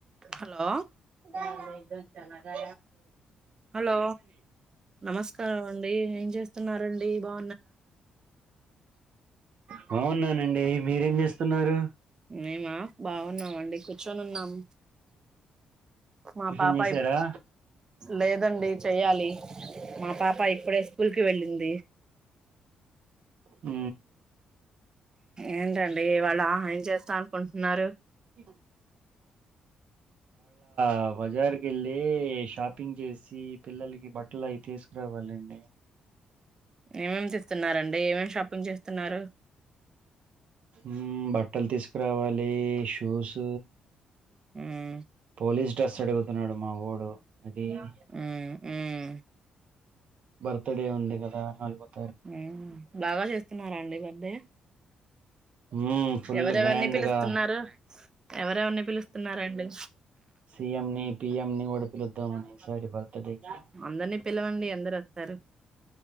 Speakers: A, on the right; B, on the right.
A: కా
B: hello
A: sir exams ఎలాగా
B: hello నమస్కారం అండి ఏం చేస్తున్నారండి బా
A: బావున్నానండి మీరేం చేస్తున్నారు
B: మేమా బాగున్నామండి కూర్చొని ఉన్నాము మా
A: టిఫిన్
B: పాపా
A: చేశారా
B: ఇప్ లేదండి చెయ్యాలి మా పాప ఇప్పుడే స్కూల్ కి వెళ్ళింది
A: ఊ
B: ఏంటండి ఇవాళ్ళ ఏం చేస్తా అనుకుంటున్నారు
A: ఇగొ అ బజార్ కెళ్ళి షాపింగ్ చేసి పిల్లలకి బట్టలు అవి తీసుకురావాలండి
B: ఏమేమ్ తీస్తున్నరండి ఏమేం షాపింగ్ చేస్తున్నారు
A: ఊ బట్టలు తీసుకురావాలి షూస్
B: మ్మ్
A: పోలీస్ డ్రస్ అడుగుతున్నాడు మా ఓడు అడి కా
B: మ్మ్ మ్మ్
A: బర్త్ డే ఉంది కదా ఆన్ బ
B: ఊ బాగా చేస్తున్నారా అండీ బర్డే
A: మ్మ్, ఫుల్
B: ఎవరెవరిని
A: గ్రాండ్
B: పిలుస్తున్నారు
A: గా
B: ఎవరెవరిని పిలుస్తున్నారండి
A: సి ఏం ని, పి యం ని కూడా పిలుద్దామని ఈ సారి బర్త్ డే కి.
B: అందరిని పిలవండి అందరు వస్తారు